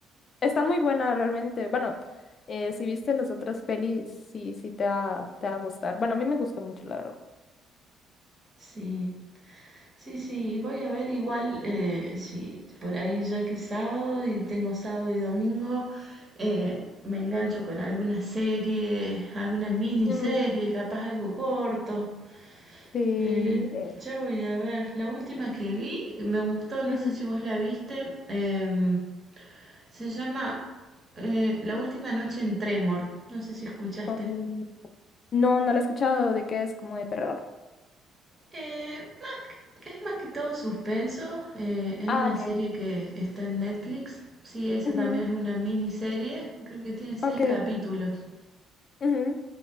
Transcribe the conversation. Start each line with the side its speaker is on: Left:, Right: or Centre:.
Left: Está muy buena realmente. Bueno, eh, si viste las otras pelis, sí, sí te va, te va a gustar. Bueno, a mí me gustó mucho, la verdad.
Right: sí. Sí, sí, voy a ver igual eh, si por ahí ya que es sábado y tengo sábado y domingo, eh, me engancho con alguna serie, alguna miniserie,
Left: Mm,
Right: capaz algo corto.
Left: Sí.
Right: Eh,
Left: eh,
Right: ya voy a ver, la última que vi me gustó, no
Left: mm,
Right: sé si vos la viste, em, se llama eh, La última noche en Tremor, no sé si escuchaste.
Left: um, no, no la he escuchado de que es como de terror.
Right: Eh, más es más que todo suspenso. eh, es
Left: Ah,
Right: una
Left: ok.
Right: serie que está en Netflix. Sí, esa
Left: Ujú,
Right: también es una miniserie. Creo que tiene seis
Left: ok.
Right: capítulos.
Left: ujú,